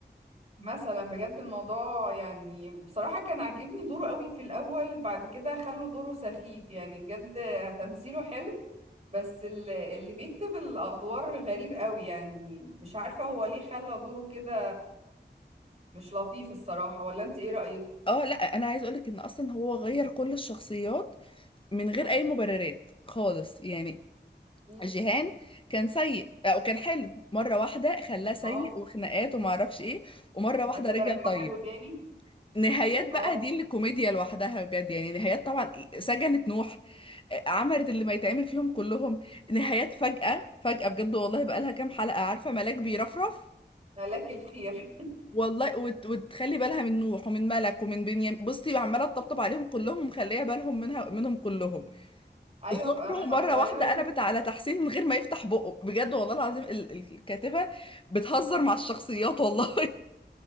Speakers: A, on the right; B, on the left.
A: مثلا بجد الموضوع يعني بصراحة كان عاجبني دوره قوي في الأول بعد كده خلوا دوره سخيف يعني بجد تمثيله حلو بس ال- اللي بيكتب الأدوار غريب قوي يعني مش عارفة هو ليه خلى دوره كده مش لطيف الصراحة ولا أنت إيه رأيك؟
B: اه لا انا عايز اقولك ان اصلا هو غير كل الشخصيات من غير اي مبررات خالص يعني
A: مم.
B: جيهان كان سيء او كان حلو مره واحده خلاه سيء
A: اه
B: وخناقات وما اعرفش ايه ومره
A: وبعد
B: واحده
A: كده
B: رجع
A: رجعه
B: طيب
A: حلو تاني
B: نهايات
A: اه
B: بقى دي اللي كوميديا لوحدها بجد يعني نهايات طبعا سجنت نوح عملت اللي ما يتعمل فيهم كلهم نهايات فجأة فجأة بجد والله بقى لها كام حلقة عارفة ملاك بيرفرف
A: هلاك الخير
B: والله وت... وتخلي بالها من نوح ومن ملك ومن بنيامين بصي عماله تطبطب عليهم كلهم ومخليه بالهم منها منهم كلهم
A: <laughs> أيوة
B: سمره
A: بأمانة
B: مره
A: اتغيرت
B: واحده قلبت على تحسين من غير ما يفتح بقه بجد والله العظيم ال... الكاتبه بتهزر مع الشخصيات والله